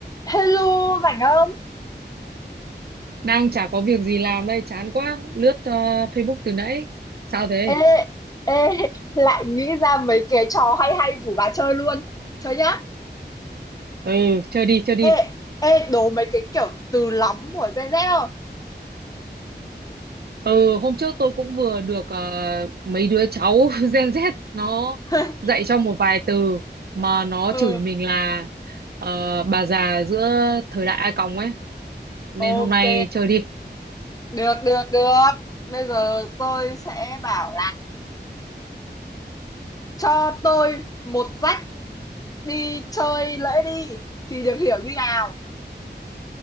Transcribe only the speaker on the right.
Đang chả có việc gì làm đây, chán quá. Lướt ờ, Facebook từ nãy. Sao thế?
Ừ, chơi đi, chơi đi.
Ừ, hôm trước tôi cũng vừa được ờ, mấy đứa cháu <laughs> Gen Z nó
dạy cho một vài từ mà nó
chửi mình là ờ, bà già giữa thời đại A còng ấy. Nên
hôm nay chơi đi.